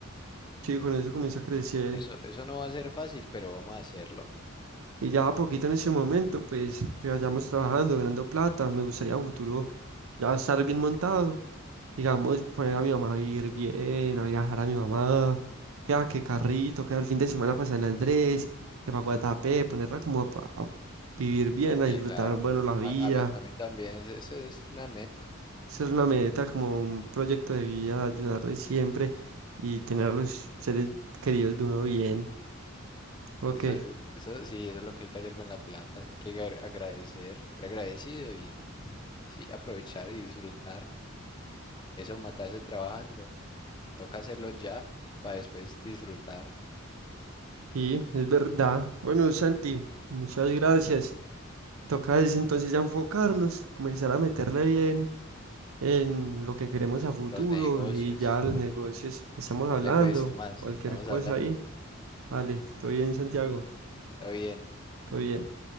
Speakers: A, on the right (about 80°); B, on the left (about 20°).
A: sí, con eso comienza a crecer.
B: Eso, eso no va a ser fácil, pero vamos a hacerlo.
A: Y ya a poquito en ese momento, pues que vayamos trabajando, ganando plata, me gustaría a futuro ya estar bien montado, digamos, poner a mi mamá a ir bien, a viajar a mi mamá, que a que carrito, que el fin de semana pasar en Andrés, que para Guatapé, ponerla como pa- a, vivir bien, a
B: Sí,
A: disfrutar,
B: claro.
A: bueno, la vida.
B: A, a mí, a mí también, es- esa es una meta.
A: Esa es una meta, como un proyecto de vida, ayudarles siempre y tener a los seres queridos de uno bien. Ok.
B: Eso, eso, sí, eso es lo que hay que hacer con la plata. Hay que agra- agradecer, ser agradecido y sí, aprovechar y disfrutar. Eso, matarse trabajando. Toca hacerlo ya para después disfrutar
A: Sí, es verdad. Bueno, Santi, muchas gracias. Toca es entonces ya enfocarnos, comenzar a meterle bien en lo que queremos a futuro
B: los negocios.
A: y ya los negocios. Estamos hablando,
B: Vale, pues, Tomás,
A: cualquier
B: estamos
A: cosa
B: hablando.
A: ahí. Vale, todo bien, Santiago,
B: Todo bien.
A: todo bien.